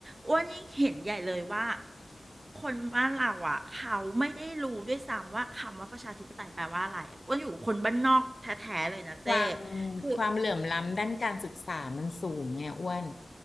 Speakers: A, on the right (about 35°); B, on the left (about 60°).
A: อ้วนยิ่งเห็นใหญ่เลยว่าคนบ้านเราอ่ะเขาไม่ได้รู้ด้วยซ้ำว่าคำว่าประชาธิปไตยแปลว่าอะไรอ้วนอยู่กับคนบ้านนอกแท้ๆเลยนะเจ้
B: ความ
A: คือ
B: ความเหลื่อมล้ำด้านการศึกษามันสูงไงอ้วน